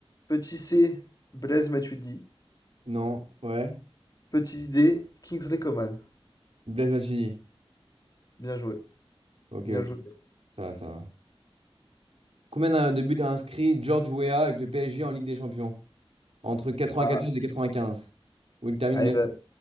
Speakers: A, on the left; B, on the right.
A: Petit C, Blaise Matuidi.
B: Non, ouais.
A: Petit D, Kingsley Coman.
B: Blaise Matuidi.
A: Bien joué.
B: Ok,
A: Bien
B: ok.
A: joué.
B: Ça, va, ça. va. Combien d'un- de buts a inscrit George Weah avec le PSG en Ligue des Champions? Entre 94
A: Ah,
B: et 95. Où il termine
A: allez, bah,